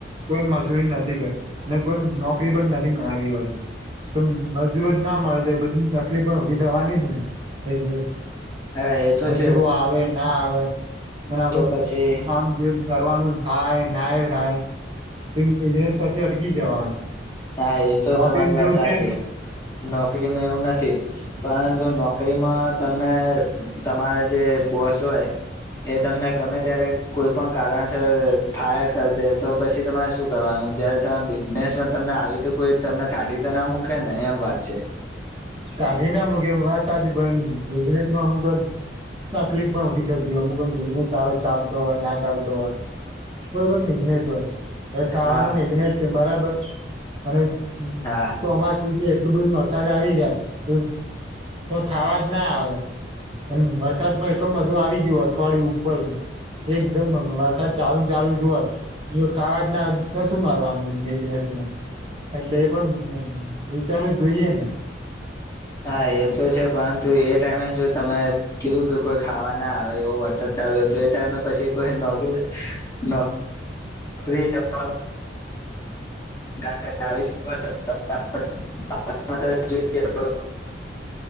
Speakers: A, on the right; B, on the left.
A: કોઈ મજૂરી નથી, અને કોઈ નોકરી પણ નથી, મા વાત ત મજૂરોજ ના મળે, તો બધી તકલીફ પણ ઉઊભી થવાની જને એજ
B: હા એ તો
A: મજૂરો
B: છે જ.
A: આવે, ના આવે અને આપડ
B: તો પછી
A: આમ જે કરવાનું થાય ના એ થાય, કઈ બિઝનેસ પછી અટકી જવાનું
B: હા, અ તો
A: નોકરી
B: તમારી
A: તેવું
B: વાત સાચી
A: છે
B: નોકરીમાં એવું નથી, પરંતુ નોકરીમાં તમને તમારા જે બસોય એ તમને ગમે ત્યારે કોઈ પણ કારણ છે, ફાયર કરી દે તો પછી, તમારે શું કરવાનું જયારે, ત બિઝનેસમાં તમને આવી, તો કોઈ તમને કાઢી તો ના મૂકે ને એમ વાત છે.
A: કાઢીને અમુક, એમ વા સાચ એમ એજનેસમાં અમુક તકલીફ પણ ઉભી થતી હોય, અમુ બિઝનેસ સારો ચાલતો હોય, ના ચાલતો હોય. <unintelligible> હવે ખાવાનું
B: હા
A: બિઝનેસ છે, બરાબર અને
B: હા
A: તોમાં શું છે. એટલ બધું વરસાદ આવી જાય, પણ ખાવા જ ના આવે મ વરસાદ માં એટલધું આવી ગયું, અઠવાડિય ઉપર એકદમ વરસાદ ચાલુ ચાલુ જ હોય, ખા ના ન શું મારવાનુંને એટલે, એ પણ વિચારવું જોઈએ, ને
B: હા એ તો છે, પરંતુ એ ટાઈમે જો તમે કીધું કે કોઈ ખાવાના આવે એવો વરસાદ ચાલુ હતું, એ ટાઈમે પછી કોઈ, નોકરી, નોકરી જવા <inaudible> <unintelligible> જોઈએ તો